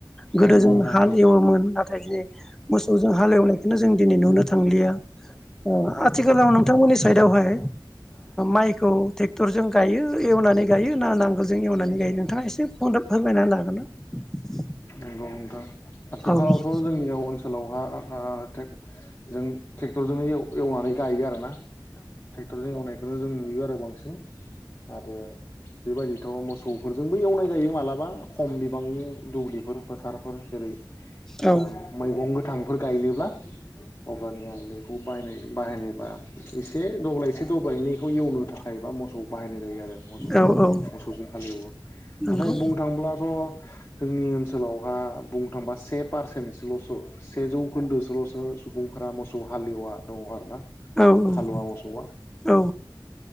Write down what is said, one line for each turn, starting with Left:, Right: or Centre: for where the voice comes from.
Centre: गोदो
Left: नंगौ
Centre: जों
Left: नोंथां
Centre: हाल एवोमोन नाथाय दिनै मोसौजों हाल एवनायखौनो जों दिनै नुनो थांलिया ओ आथिखालाव नोंथांमोननि साइदावहाय माइखौ ट्रेक्टरजों गायो एवनानै गायो ना नांगोलजों एवनानै गायो नोंथाङा एसे फन फोरमायना होनो हागोन ना
Left: नंगौ नोंथां आथिखालावथ'
Centre: औ
Left: जोंनियाव ओनसोलावहा ओ ट्रे जों टेख टरजोंनो एव एवनानै गायो आरोना ट्रेक्टरजों एवनायखौनो जों नुयो आ रो बांसिन आरो बेबायदिथ' मोसौ फोरजोंबो एवनाय जायो मालाबा खम बिबांनि दुब्लिफोर फोथारफोर जेरै ओ
Centre: औ
Left: मैगं गोथांफोर गायनोब्ला अब्लानिया बेखौ बायनाय बाहायनाय बा एसे दब्लायसे दब्लायनैखौ एवनो थाखाय बा मोसौ बाहायनाय जायो आरो मोसौखौ
Centre: औ औ
Left: मोसौजों हालेवो
Centre: नंगौ
Left: नाथाय बुंनो थांब्लाथ' जोंनि ओनसोलावहा बुं थांबा से पारसेन्टसोल'सो सेजौ खोन्दोसोल'सो सुबुंफोरा मोसौ हालेवा दङ आरो ना
Centre: औ औ
Left: हालुवा मोसौआ
Centre: औ